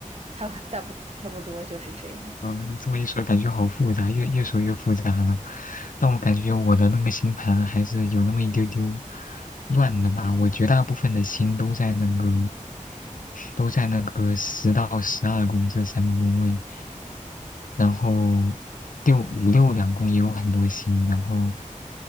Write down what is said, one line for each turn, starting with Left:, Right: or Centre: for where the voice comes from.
Right: 差不差不差不多就是这样。
Left: 嗯，这么一说，感觉好复杂，越越说越复杂了。但我感觉我的那个星盘还是有那么一丢丢乱的吧。我绝大部分的星都在那个都在那个十到十二宫这三个宫位，然后六五六两宫也有很多星，然后